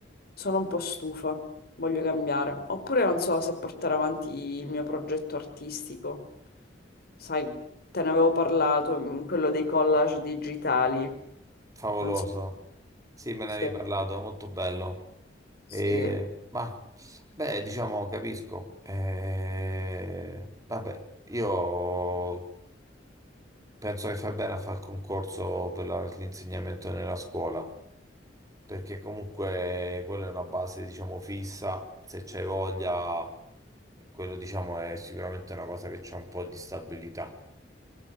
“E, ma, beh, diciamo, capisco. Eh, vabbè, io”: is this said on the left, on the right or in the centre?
Right